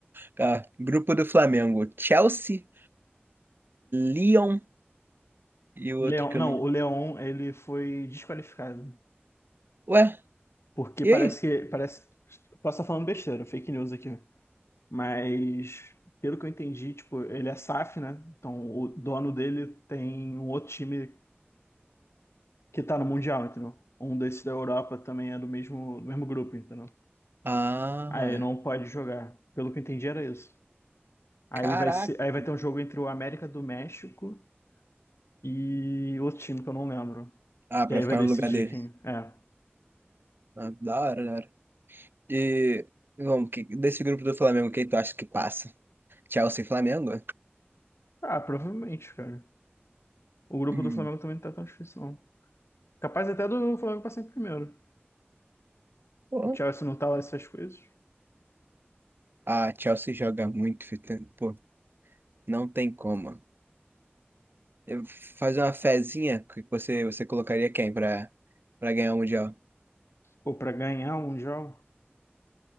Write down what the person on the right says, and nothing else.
Tá, grupo do Flamengo: Chelsea, Lyon e o
outro que
eu não.
Ué,
e
aí?
Ah,
caraca.
Ah, pra
ficar
no lugar dele.
Ah, da hora, da hora. E vamos, que- desse grupo do Flamengo, quem tu acha que passa? Chelsea e Flamengo?
Hum.
Pô,
A Chelsea joga muito, Fita. Pô, não tem como. Eu fazer uma fezinha que você, você colocaria quem pra, pra ganhar o Mundial?